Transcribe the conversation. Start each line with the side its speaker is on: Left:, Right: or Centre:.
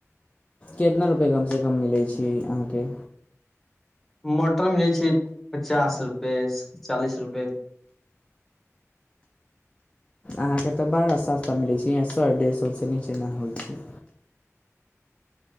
Left: कितना रुपैआ कमसँ कम मिलै छै। अहाँकेँ
Centre: मोटर मिलै छै। पचास रुपए चालीस रुपए।
Left: अहाँकेँ तऽ बड़ा सस्ता मिलै छै, यऽ सौ डेढ़ सौ नीचे ना होइ छै।